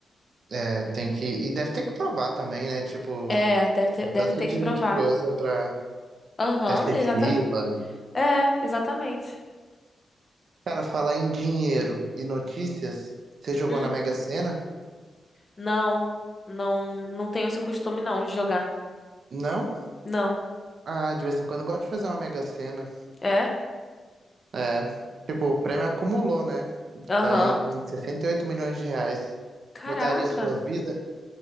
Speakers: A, on the right; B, on the left.
A: É, tem que. E deve ter que provar também, né? Tipo,
B: É, deve ter,
A: um
B: deve
A: tanto
B: ter
A: de,
B: que provar.
A: de coisa pra.
B: Aham,
A: Deve ter
B: exata...
A: fila.
B: É, exatamente.
A: Cara, falar em dinheiro e notícias, você jogou
B: Hum.
A: na Mega Sena?
B: Não, não, não tenho esse costume não de jogar.
A: Não?
B: Não.
A: Ah, de vez em quando eu gosto de fazer uma Mega Sena.
B: É?
A: É. Tipo, o prêmio acumulou, né?
B: Aham.
A: Tá em 68 milhões de reais.
B: Caraca.
A: Mudaria sua vida?